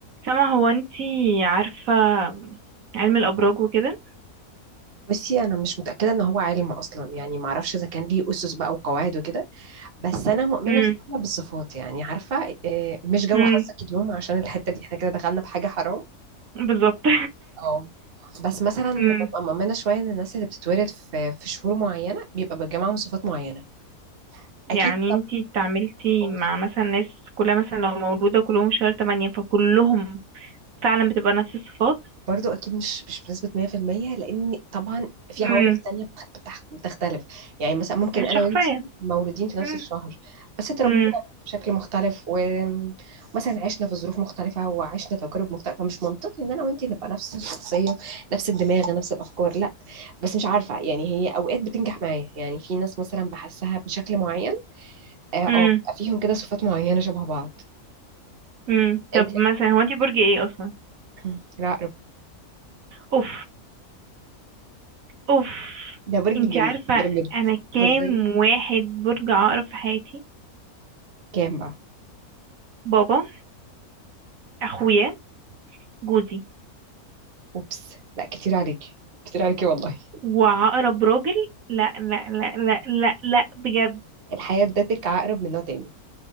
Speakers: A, on the right; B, on the right.
A: سما هو انتي عارفة علم الأبراج وكده
B: بصي انا مش متاكده ان هو علم اصلا يعني ما اعرفش اذا كان ليه اسس بقى وقواعد وكده بس انا مؤمنه
A: امم
B: شويه بالصفات يعني عارفه آه، مش جو
A: امم
B: حظك اليوم عشان الحته دي احنا كده دخلنا في حاجه حرام
A: بالظبط
B: اه بس مثلا
A: <laughs> امم
B: ببقى مؤمنه شويه ان الناس اللي بتتولد في في شهور معينه بيبقى بيجمعهم صفات معينه
A: يعني
B: اكيد
A: انتي اتعاملتي
B: طبعا
A: مع مثلا ناس كلها مثلا لو مولودة كلهم شهر تمانية فكلهم فعلا بتبقى نفس الصفات
B: برضو اكيد مش مش بنسبه 100% لان طبعا في
A: امم
B: عوامل تانية بتخ- بتخ- بتختلف يعني مثلا ممكن
A: الشخصية
B: انا وانتي مولودين في نفس
A: امم
B: الشهر بس اتربينا
A: امم
B: بشكل مختلف و- ومثلا عشنا في ظروف مختلفه وعشنا تجارب مختلفه فمش منطقي ان انا وانتي نبقى نفس الشخصيه نفس الدماغ نفس الافكار لا بس مش عارفه يعني هي اوقات بتنجح معايا يعني في ناس مثلا بحسها بشكل معين اه
A: امم
B: آه، بيبقى فيهم كده صفات معينه شبه بعض
A: امم طب
B: انتي
A: مثلا هو انتي برج ايه أصلا
B: <clears throat> لا
A: اوف اوف
B: ده برج
A: انتي
B: جم-
A: عارفة
B: جامد
A: انا
B: بتهزري
A: كام واحد برج عقرب في حياتي
B: كام بقى
A: بابا اخويا جوزي
B: اوبس لا كتير عليكي كتير عليكي والله
A: وعقرب راجل لا لا لا لا لا لا بجد
B: الحياة ادتك عقرب من نوع تاني